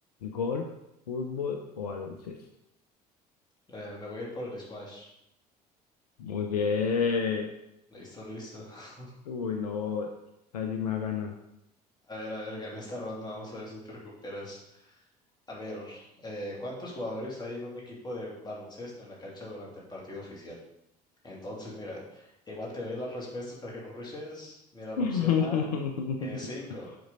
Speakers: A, on the left (about 70°); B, on the left (about 20°).
A: golf, fútbol o baloncesto.
B: ver. Eh, me voy a ir por el squash.
A: Muy bien.
B: Listo, listo. <laughs>
A: Uy, no. Casi me ha ganado.
B: A ver, a ver, gané esta ronda. Vamos a ver si te recuperas. A ver, eh, ¿cuántos jugadores hay en un equipo de baloncesto en la cancha durante el partido oficial? Entonces, mira, igual te doy las respuestas para que no rushes. Mira, la
A: <laughs>
B: opción A es 5,